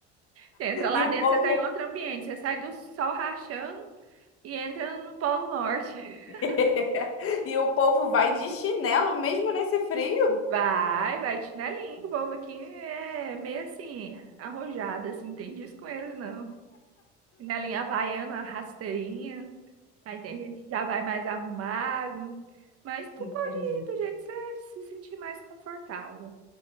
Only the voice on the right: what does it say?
você entra lá
dentro,
você tá em outro ambiente, você sai do sol rachando e entra no Polo Norte. <laughs>
Vai, vai de chinelinho, que o povo aqui é meio assim, arrojado, assim, não tem disso com eles, não. Chinelinha havaiana, rasteirinha. Aí tem gente que já vai mais arrumado. Mas tu
pode ir do jeito que você se sentir mais confortável.